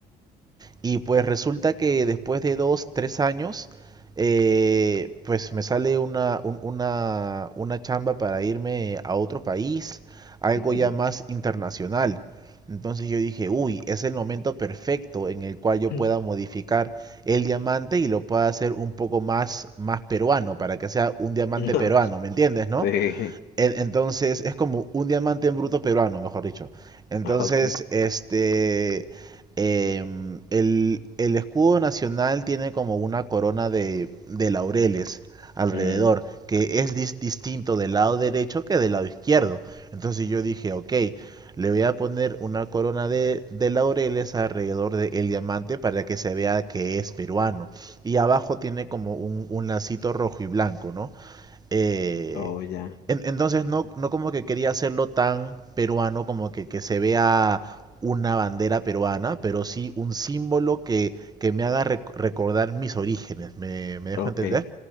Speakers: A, on the right; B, on the left.
A: Y pues resulta que después de dos, tres años, eh, pues me sale una, un- una, una chamba para irme a otro país, algo
B: Ujú.
A: ya más internacional. Entonces yo dije, uy, es el momento perfecto en el cual yo
B: <laughs>
A: pueda modificar el diamante y lo pueda hacer un poco más, más peruano, para que sea un diamante
B: <clears throat>
A: peruano, ¿me entiendes, no?
B: Sí,
A: En- Entonces es como un diamante en bruto peruano, mejor dicho. Entonces,
B: ok.
A: este, em, el, el escudo nacional tiene como una corona de, de laureles alrededor,
B: Mm,
A: que es dis- distinto del lado derecho que del lado izquierdo. Entonces yo dije, ok, le voy a poner una corona de, de laureles alrededor del diamante para que se vea que es peruano. Y abajo tiene como un, un lacito rojo y blanco, ¿no? Eh,
B: Oh, ya,
A: en- entonces no, no como que quería hacerlo tan peruano, como que, que se vea una bandera peruana, pero sí un símbolo que, que me haga rec- recordar mis orígenes, ¿me, me dejo
B: ok.
A: entender?